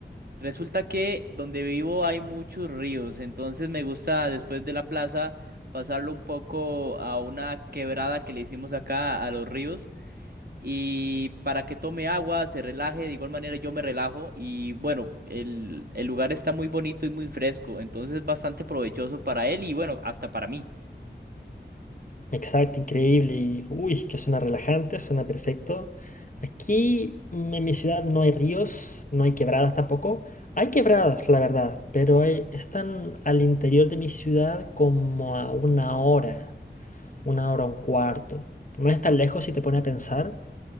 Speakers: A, on the right (about 55°); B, on the left (about 45°).
A: Resulta que donde vivo hay muchos ríos, entonces me gusta después de la plaza pasarlo un poco a una quebrada que le hicimos acá a los ríos y para que tome agua, se relaje, de igual manera yo me relajo y bueno, el, el lugar está muy bonito y muy fresco, entonces es bastante provechoso para él y bueno, hasta para mí.
B: Exacto, increíble. Y uy, que suena relajante, suena perfecto. Aquí mm, en mi ciudad no hay ríos, no hay quebradas tampoco. Hay quebradas, la verdad, pero hay- están al interior de mi ciudad como a una hora. una hora, un cuarto. No es tan lejos si te pone a pensar,